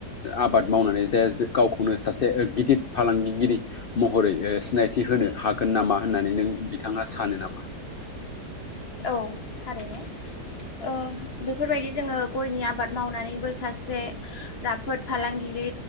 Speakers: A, on the left (about 80°); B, on the left (about 40°).
A: आबाद मावनानै जे गावखौनो सासे गिदिर फालांगिगिरि महरै सिनाय थि होनो हागोन नामा होननानै नों बिथाङा सानो नामा।
B: औ थारैनो ओ बेफोरबायदि जोङो गयनि आबाद मावनानैबो सासे राफोद फालांगिरि